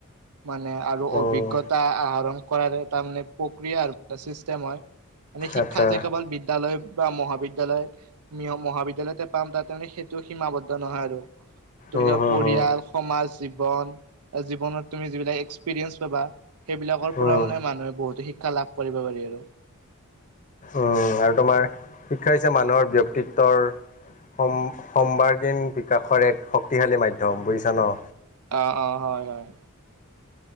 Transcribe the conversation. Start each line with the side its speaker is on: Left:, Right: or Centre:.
Right: মানে আৰু
Left: উম
Right: অভিজ্ঞতা আহৰণ কৰাৰ তাৰ মানে প্ৰক্ৰিয়াৰ মানে চিষ্টেম হয় মানে শিক্ষা
Left: আচ্ছা
Right: যে কেৱল বিদ্যালয় বা মহাবিদ বিদ্যালয় নিয়ম মহাবিদ্যালয়তে পাম তাতে মানে সেইটো সীমাবদ্ধ নহয় আৰু তুমি
Left: উম হুম
Right: পৰিয়াল,
Left: হুম
Right: সমাজ, জীৱন, জীৱনত তুমি যিবিলাক এক্সপিৰিয়েঞ্চ পাবা, সেইবিলাকৰ
Left: উম
Right: পৰা মানে মানুহে বহুতো শিক্ষা লাভ কৰিব পাৰি আৰু।
Left: উম, আৰু তোমাৰ শিক্ষা হৈছে মানুহৰ ব্যক্তিত্বৰ সম, সম্বাৰ্গীণ বিকাশৰ এক শক্তিশালী মাধ্যম, বুজিছা ন?
Right: অ-অ, হয়-হয়।